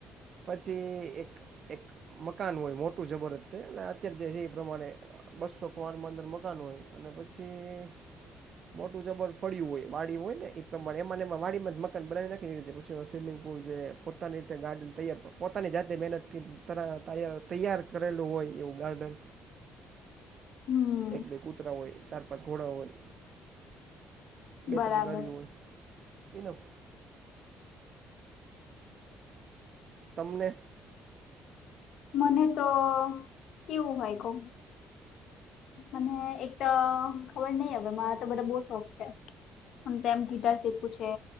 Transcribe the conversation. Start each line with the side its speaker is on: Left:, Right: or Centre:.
Right: પછી એક એક મકાન હોય મોટ જબરસ્ એટલે અત્યારે જે એ એ પ્રમાણે બસો ખન મકાન હોય અને પછી તે મોટું જબર ફળ્યું હોય વાડી હોય ને એ પ્રમાણે એમાં એ વાડીમાં જ મકાન બનાવી નાખી રીતે સ્વિમિંગ પુલ જે પોતાનીતે ગ્ડનૈાર પોતાની જાતે મહેનત ત તૈયાર કરેલું હોય એવું ગાર્ડન
Left: હમ
Right: એક બે કૂતરા હોય ચાર પાંચ ઘોડા હોય બે
Left: બરાબર
Right: ત્રણ ગાડીઓ હોય ઇનફ તમને
Left: મને તો કેવું હોય કહ મને એક તો ખબર નહિ હ મારા તો બરા બહ શોખ છે હ તેમમ ગીટાર શીખવું છે